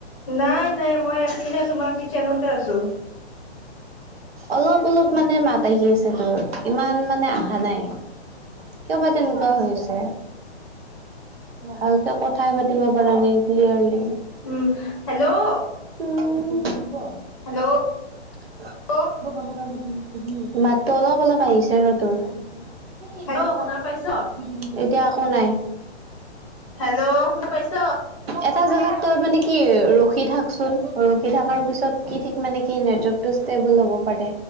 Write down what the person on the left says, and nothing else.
নাই নাই মই একপিনে তোমাৰ কিচেনতে আছো
উম হেল্ল'
হেল্ল'
হেল্ল'
হেল্ল' শুনা পাইছ?
হেল্ল' শুনা পাইছ?